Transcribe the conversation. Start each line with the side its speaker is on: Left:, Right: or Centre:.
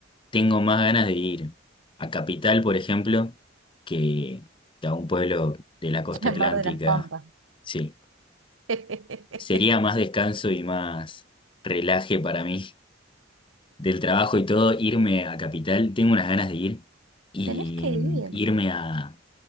Left: tengo más ganas de ir a Capital, por ejemplo, que que a un pueblo de la costa
Right: <laughs> al
Left: atlántica.
Right: Mar de las Pampas.
Left: Sí,
Right: <laughs>
Left: sería más descanso y más relaje para mí del trabajo y todo irme a Capital. Tengo unas ganas de ir y
Right: Tenés que
Left: mm,
Right: ir
Left: irme a,